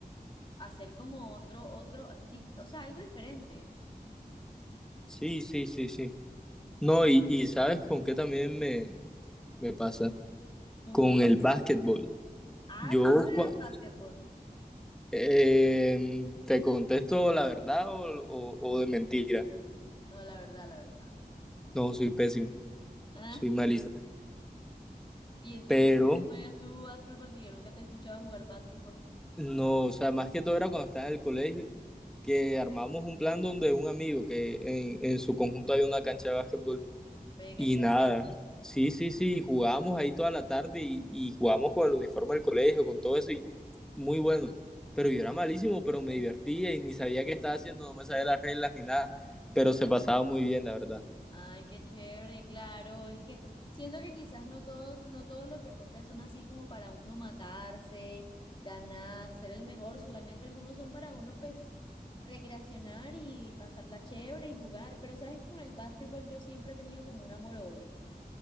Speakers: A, on the left (about 30°); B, in the centre.
A: hacer como otro, otro, di- o sea, algo diferente.
B: Sí, sí, sí, sí. No, y, y ¿sabes con qué también me, me pasa?
A: Con
B: Con
A: que,
B: el básquetbol.
A: ah,
B: Yo
A: tú
B: Ah,
A: juegas
B: cua-
A: básquetbol.
B: eh, te contesto la verdad o, o o de mentira.
A: No, la verdad, la verdad.
B: No, soy pésimo,
A: Ah,
B: soy malísimo.
A: y entonces,
B: Pero
A: ¿cómo juegas tú básquetbol? Que yo nunca te he escuchado jugar básquetbol.
B: No, o sea, más que todo era cuando estaba en el colegio, que armamos un plan donde un amigo que en, en su conjunto hay una cancha de básquetbol
A: Ve, qué
B: y
A: chévere.
B: nada. Sí, sí, sí, jugábamos ahí toda la tarde y, y jugábamos con el uniforme del colegio, con todo eso y muy bueno. Pero yo era malísimo, pero me divertía y ni sabía qué estaba haciendo, no me sabía las reglas ni nada, pero se pasaba muy bien, la verdad.
A: Ay, qué chévere, claro. Es que siento que quizás no todos, no todos los deportes son así como para uno matarse, ganar, ser el mejor. Solamente algunos son para uno, pues, recreacionar y pasarla chévere y jugar. Pero sabes que con el básquetbol yo siempre he tenido como un amor-odio,